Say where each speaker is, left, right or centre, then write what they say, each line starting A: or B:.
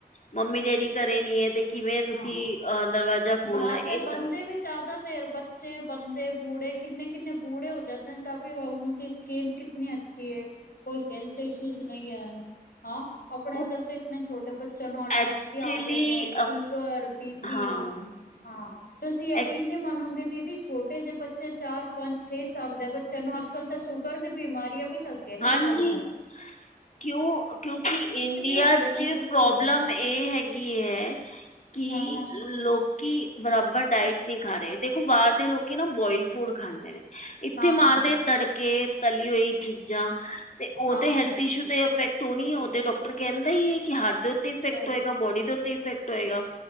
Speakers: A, on the left; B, on the left.
A: ਮੰਮੀ ਡੈਡੀ ਘਰੇ ਨੀ ਹੈ ਤੇ ਕਿਵੇਂ ਤੁਸੀਂ
B: ਹਾਂ
A: ਅ, ਦਰਵਾਜ਼ਾ ਖੋਲ੍ਹਣਾ
B: ਬਾਹਰ
A: ਇਹ
B: ਦੇ ਬੰਦੇ
A: ਸਭ
B: ਵੀ ਜਿਆਦਾ ਦੇਰ ਬੱਚੇ ਬੰਦੇ, ਬੂੜੇ ਕਿੰਨੇ ਕਿੰਨੇ ਬੂੜੇ ਹੋ ਜਾਂਦੇ ਤਾਂ ਵੀ ਉਹਨਾਂ ਦੀ ਸਕਿਨ ਕਿਤਨੀ ਅੱਛੀ ਏ <unintelligible> <unintelligible> ਆਪਣੇ
A: ਉਹ
B: ਇਧਰ ਤਾਂ ਇਤਣੇ ਛੋਟੇ ਬੱਚਿਆਂ ਨੂੰ
A: ਐਕਚੁਲੀ
B: ਅਟੈਕ ਈ ਆ ਗਏ ਨੇ। <unintelligible> ਸ਼ੁਗਰ ਬੀ ਪੀ
A: ਹਾਂ
B: ਹਾਂ ਤੁਸੀਂ ਯਕੀਨ
A: ਐਕ
B: ਨੀ ਮੰਨੋਗੇ, ਦੀਦੀ ਛੋਟੇ ਜਿਹੇ ਬੱਚੇ ਚਾਰ ਪੰਜ ਛੇ ਸਾਲ ਦੇ ਬੱਚਿਆਂ ਨੂੰ ਅੱਜ ਕੱਲ੍ਹ ਤਾਂ ਸ਼ੂਗਰ ਦੀ ਬਿਮਾਰੀ ਆ। <unintelligible> ਲੱਗੇ ਨੇ
A: ਹਾਂਜੀ
B: ਨਾਲ ਨਾਲ।
A: ਕਿਉਂ ਕਿਉਂਕਿ ਇੰਡੀਆ
B: ਵੀ ਹੁੰਦੇ
A: ਚ
B: ਨੇ ਕਿਸ-ਕਿਸ
A: ਪ੍ਰੋਬਲਮ
B: ਨੂੰ
A: ਏਹ ਹੈਗੀ ਹੈ, ਕਿ
B: ਹਾਂ-ਹਾਂ,
A: ਲੋਕੀ ਬਰਾਬਰ ਡਾਇਟ ਨਹੀਂ ਖਾ ਰਹੇ ਦੇਖੋ ਬਾਹਰ ਦੇ ਲੋਕੀ ਨਾ ਬੋਇਲ, ਫੂਡ ਖਾਂਦੇ ਨੇ ਇੱਥੇ
B: ਹਾਂ-ਹਾਂ,
A: ਮਾਰਦੇ ਤੜਕੇ ਤਲੀ ਹੋਈ ਚੀਜ਼ਾਂ ਤੇ ਉਹ
B: ਹਾਂ-ਹਾਂ
A: ਤੇ ਹੈਲਥ ਇਸ਼ੂ ਤੇ ਇਫੈਕਟ ਹੋਣੀ ਉਹ ਤੇ ਡਾਕਟਰ ਕਹਿੰਦਾ ਈ ਏ ਕਿ ਹਾਰਟ ਦੇ ਉੱਤੇ ਇਫੈਕਟ
B: ਸਹੀ,
A: ਹੋਏਗਾ ਬੋਡੀ ਦੇ ਉੱਤੇ ਇਫੈਕਟ ਹੋਏਗਾ